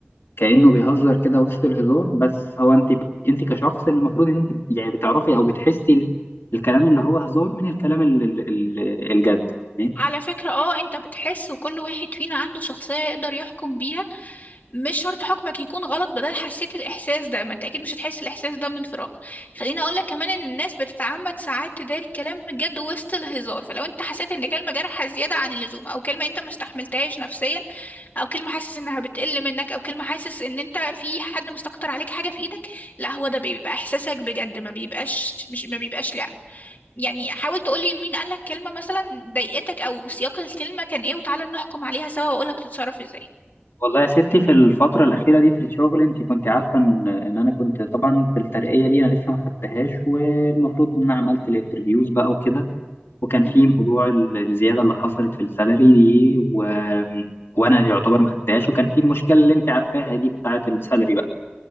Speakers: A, on the left; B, on the left.
A: كأنه بيهزر كده وسط الهزار بس هو انت انت كشخص المفروض ان انت يعني بتعرفي او بتحسي ال- الكلام اللي هو هزار من الكلام ال- ال- ال- الجد تمام؟
B: على فكرة اه انت بتحس وكل واحد فينا عنده شخصية يقدر يحكم بيها مش شرط حكمك يكون غلط بدل حسيت الاحساس ده ما انت اكيد مش هتحس الاحساس ده من فراغ خليني اقول لك كمان ان الناس بتتعمد ساعات تداري الكلام الجد وسط الهزار فلو انت حسيت ان كلمه جارحه زياده عن اللزوم او كلمه انت ما استحملتهاش نفسيا او كلمه حاسس انها بتقل منك او كلمه حاسس ان انت في حد مستكتر عليك حاجه في ايدك لا هو ده بيبقى احساسك بجد ما بيبقاش مش ما بيبقاش لا يعني حاول تقولي مين قالك كلمه مثلا ضايقتك او سياق الكلمه كان ايه وتعالى نحكم عليها سوا واقولك تتصرف ازاي
A: والله يا ستي في الفترة الأخيرة دي في الشغل انت كنت عارفة ان ان انا كنت طبعا في الترقية دي انا لسه ما خدتهاش والمفروض ان انا عملت الانترفيوز بقى وكده وكان
B: مهم.
A: في موضوع ال- الزيادة اللي حصلت في السالري دي و... وانا يعتبر ما خدتهاش وكان في المشكلة اللي انت عارفاها دي بتاعة السالري بقى